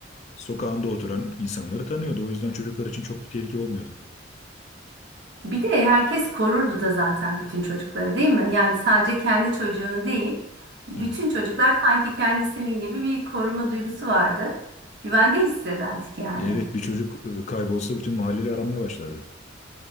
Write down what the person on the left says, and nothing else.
sokağında oturan insanları tanıyordu. O yüzden çocuklar için çok bir tehlike olmuyordu.
Evet.
Evet bir çocuk e, kaybolsa bütün mahalleyle aramaya başlardı.